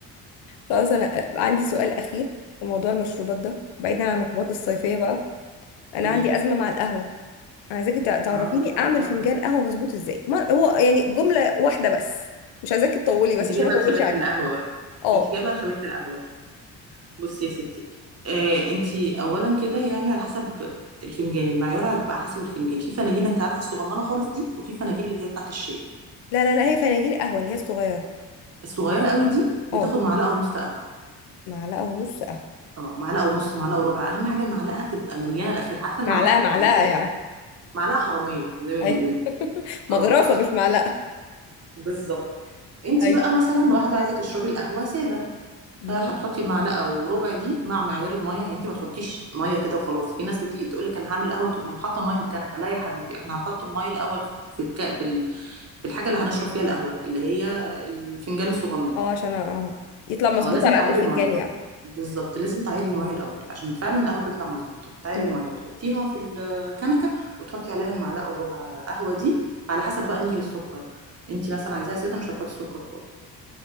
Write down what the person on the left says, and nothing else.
خلاص انا عندي سؤال اخير في موضوع المشروبات ده بعيدا عن المشروبات الصيفيه بقى
انا
عندي
ازمه مع القهوه انا عايزاكي تع- تعرفيني
اعمل فنجان قهوه مظبوط ازاي مر... هو يعني جمله واحده بس مش عايزاكي تطولي بس
عشان
ما اطولش
عليكي
اه
لا لا لا هي فناجين قهوه اللي هي الصغيره
اه
معلقه ونص قهوه
معلقه
معلقه يعني
ايوه <laughs> مغرفه
مش معلقه
ايوه
مم.
اه عشان أ- اه يطلع مظبوط
على
قد الفنجان
يعني
مم.